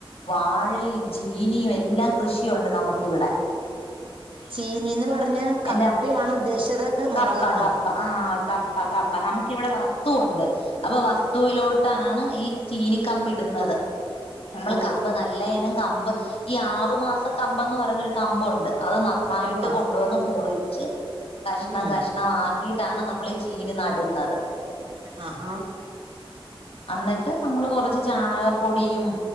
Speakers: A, on the left; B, on the right.
A: വാഴയും ചീനിയും എല്ലാം കൃഷി കിയുണ്ട് നമുക്കി വിടെ
B: ചീനി ന്നു പറഞ്ഞ കപ്പയാണോ
A: എന്റെ
B: ഉദ്ദേശിച്ചത്
A: കപ്പ
B: മുളകാണോ
A: കപ്പ ആ കപ്പ കപ്പ നമുക്കി വിടെ വസ്തുണ്ട് അപ്പൊ വസ്തുവിലോട്ടാണ് ഈ ചീനി കമ്പിടുന്നത് നമ്മള്
B: ഓ
A: കമ്പ് നല്ലേനം കമ്പ് ഈ ആറു മാസ കമ്പംന്ന് പറയുന്നൊരു കമ്പുണ്ട് അത് നന്നായിട്ട്
B: ഉവ്വ
A: കൊണ്ടുവന്ന് മുറി ച് കഷ്ടണം
B: ഉം
A: കഷ്ടണം ആ ക്കിയിട്ടാണ് നമ്മൾ ചീന് നടുന്നത്
B: അ ആ
A: അന്നിട്ട് നമ്മള് കുറച്ച് ചാണകപ്പൊടിയും